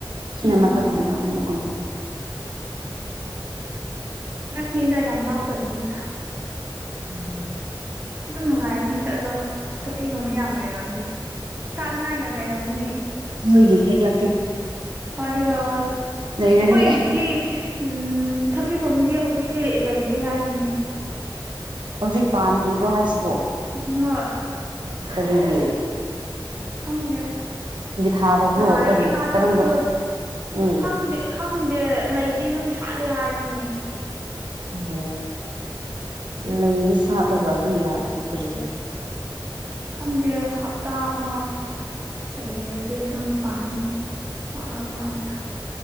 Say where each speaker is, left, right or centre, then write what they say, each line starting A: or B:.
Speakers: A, on the right; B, on the right.
A: ꯁꯤꯅ
B: ꯎꯝ
A: ꯃꯊꯛꯂꯣꯝꯗ ꯑꯃꯨꯛ ꯑꯣꯏꯕ
B: ꯅꯛ ꯃꯤꯗ ꯌꯥꯝ ꯂꯥꯞꯇꯕꯅꯤ ꯃꯤꯗ
A: ꯎꯝ
B: ꯑꯗꯨꯝ ꯅꯨꯡꯉꯥꯏꯔꯝꯅꯤ ꯆꯠꯂꯣ ꯊꯄꯤꯒꯨꯝꯕ ꯌꯥꯝ ꯂꯩꯔꯑꯝꯅꯤ ꯆꯥꯅꯤꯉꯥꯏ ꯌꯥꯝ ꯂꯩꯔꯝꯅꯤ
A: ꯍꯣꯏꯒꯤ ꯍꯦꯦꯛꯂꯀꯦ
B: ꯍꯣꯏ ꯍꯦꯕꯕ ꯑꯩꯈꯣꯏꯗꯤ
A: ꯂꯩꯔꯗꯤ
B: ꯎꯝ ꯊꯕꯤꯐꯝꯝꯗꯤ ꯍꯧꯖꯤꯛꯇꯤ ꯂꯩꯗ ꯌꯥꯔꯤꯕꯅꯦ
A: ꯍꯧꯖꯤꯛ ꯄꯥꯟꯗ꯭ꯔꯤꯕ꯭ꯔꯣ ꯍꯥꯏꯁꯤꯕꯣ
B: ꯍꯣꯏ
A: ꯐ꯭ꯔꯤꯒꯤ
B: <inaudible> <unintelligible> ꯈꯪꯗꯦ
A: ꯊꯥꯗꯕ꯭ꯔꯣ
B: ꯅꯥꯍꯥꯟ
A: ꯀꯔꯤ
B: ꯏꯄꯥ ꯆꯠꯄꯗꯣ
A: ꯀꯔꯝꯕ ꯊꯥ ꯎꯝ
B: ꯈꯪꯗꯦ ꯈꯪꯗꯦ ꯂꯩꯗꯤ ꯑꯗꯨꯝ ꯁꯥꯠꯂꯦ ꯍꯥꯏꯕꯅꯦ
A: ꯑꯣ ꯂꯩꯗꯤ ꯁꯥꯠꯂꯒ ꯑꯗꯨ ꯌꯥꯗꯕ ꯀꯔꯤꯔꯥ
B: ꯈꯪꯗꯦ ꯍꯞꯇꯥ ꯑꯃꯥ ꯂꯩꯔꯗꯤ ꯑꯗꯨꯝ ꯄꯥꯟ ꯄꯥꯟꯂꯣ ꯃꯟꯗ